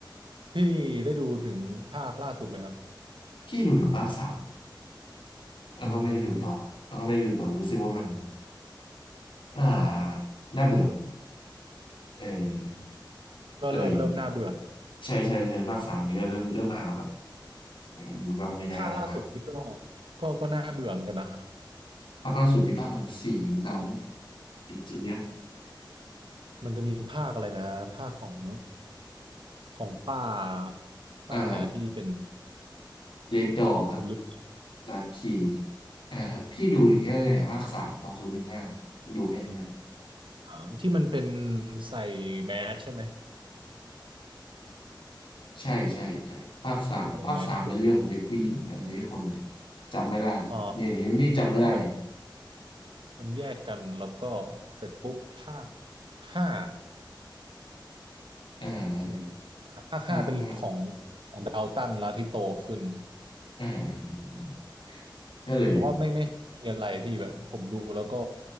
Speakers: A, on the right; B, on the left.
A: พี่ได้ดูถึงภาคล่าสุดไหมครับ
B: ที่ดูถึงภาคสามแล้วก็ไม่ได้ดูต่อแล้วก็ไม่ได้ดูต่อรู้สึกว่ามัน
A: อืม
B: อ่าน่าเบื่อเออ
A: ก็เริ่มเริ่มน่าเบื่อ
B: อะไรอย่างงี้ใช่ใช่ใช่ภาคสามนี้ก็เริ่มเริ่มห่าวละอืมมันก็ไม่ได้อะไรมาก
A: ภาคล่าสุดนี่ก็ก็ก็น่าเบื่อเหมือนกันนะ
B: ภาคล่าสุดนี่ภาคอะไรสี่หสาม อินสิเนียส
A: มันจะมีภาคอะไรนะภาคของของป้าป้าอะไรนะที่เป็น
B: อ่าเรดดอปะ
A: ผมลืม
B: ลัคคีอ่าพี่ดูถึงแค่ไหนภาคสามสองศูนย์หนึ่งห้าดูแค่นั้นเอง
A: ถามที่มันเป็นใส่แมสใช่ไหม
B: ใช่ใช่ใช่ภาคสามภาคสามเป็นเรื่องของเด็กผู้หญิงอะไรทุกคนเนี่ย
A: ใส่แมสปุ๊บ
B: จำไม่ได้ละเนี่ยเนี่ยนี่จำไม่ได้
A: อ๋อมันเหมือนมันแยกกันแล้วก็เสร็จปุ๊บภาคห้า
B: อ่า
A: สี่ภาคห้าเป็นของ
B: ถ้าถ้า
A: ดาวตันแล้วที่โตขึ้น
B: อ่าอ่าอ่าอ่าก็เลย
A: เพราะว่าไม่ไม่มีอะไรพี่แบบผมดูแล้วก็